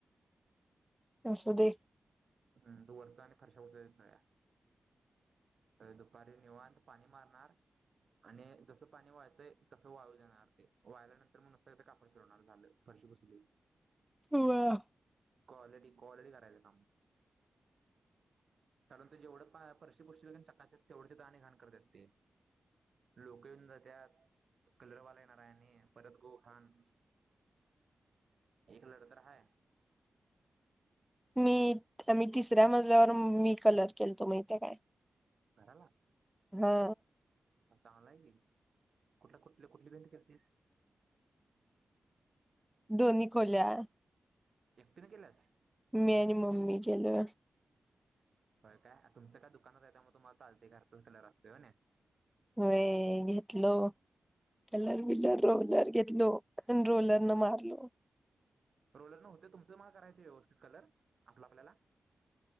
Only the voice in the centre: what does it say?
असस दे
ह
मी आमही तिसऱ्या मजल्यावर मी कलर केलतो माहिित काय
हा
दोन्ही खोल्या
मी आणि मम्मी केलो
वे घेतल कलर बलर रोलर घेतलो आणि रोलर न मारलो